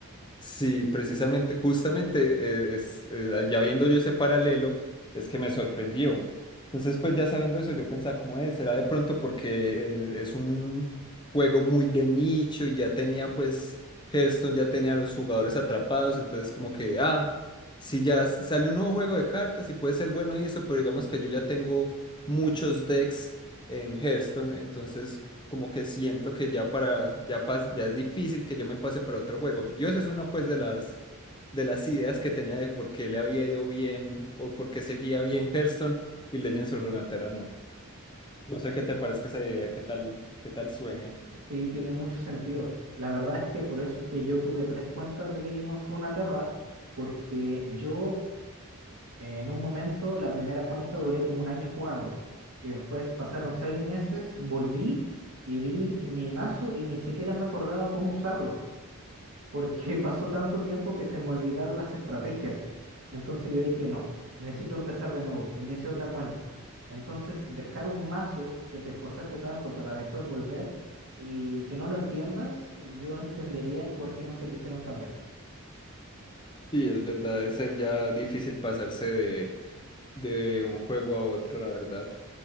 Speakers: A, on the left; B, on the right.
A: Sí, precisamente, justamente, eh, es, eh, ya viendo yo ese paralelo, es que me sorprendió. Entonces, pues ya sabiendo eso, yo pensaba como, es será de pronto porque el- es un juego muy de nicho y ya tenía, pues, Hearthstone ya tenía a los jugadores atrapados, entonces como que, ah, si ya s- sale un nuevo juego de cartas y puede ser bueno y eso, pero digamos que yo ya tengo muchos decks en Hearthstone, entonces como que siento que ya para, ya pas- ya es difícil que yo me pase para otro juego. Yo esa es una pues de las, de las ideas que tenía de por qué le había ido bien o por qué seguía bien Hearthstone y Legends of Runeterra no. No sé qué te parezca esa idea, qué tal, qué tal suene.
B: Sí, tiene mucho sentido. La verdad es que por eso es que yo tuve tres cuentas de Legend of Runeterra, porque yo eh, en un momento, la primera cuenta duré como un año jugando. Y después pasaron seis meses, volví y vi mi mazo y ni siquiera me acordaba cómo usarlo. porque <laughs> pasó tanto tiempo que se me olvidaron las estrategias. Entonces yo dije, no, necesito empezar de nuevo y me hice otra cuenta. Entonces dejar un mazo que te esforzaste tanto para después volver y que no lo entiendas, yo entendería el por qué no se quisieron cambiar.
A: Sí, es verdad, es ser ya difícil pasarse de, de un juego a otro, la verdad.